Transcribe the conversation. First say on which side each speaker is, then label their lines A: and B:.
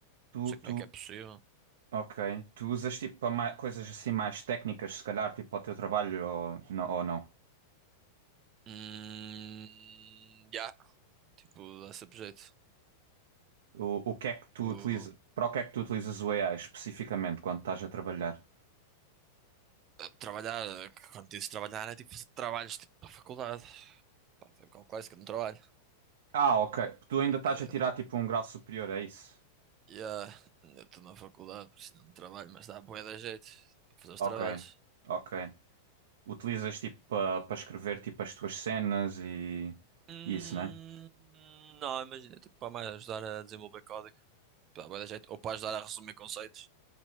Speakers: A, on the right; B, on the right.
A: Tu,
B: sei como
A: tu,
B: é que é possível.
A: ok. Tu usas tipo para ma- coisas assim mais técnicas, se calhar, tipo para o teu trabalho ou, não- ou não?
B: Hum, já, Tipo, dá sempre jeito.
A: O, o que é que tu
B: Vou
A: utilizas? Para o que é que tu utilizas o AI especificamente quando estás a trabalhar?
B: eh, trabalhar, eh, quando dizes trabalhar, é tipo fazer trabalhos tipo para a faculdade. Pá, tem um bocado clássico, eu não trabalho.
A: Ah, ok. Tu ainda
B: Só
A: estás
B: Que,
A: a tirar tipo um grau superior, é isso?
B: yeah, eu estou na faculdade, por isso não trabalho, mas dá bué da jeito para fazer os
A: Ok,
B: trabalhos.
A: ok. Utilizas tipo para escrever tipo as tuas cenas e
B: Hum,
A: e isso, né?
B: não, imagina, tipo, para mais ajudar a desenvolver código. Tipo, dá bué da jeito. Ou para ajudar a resumir conceitos,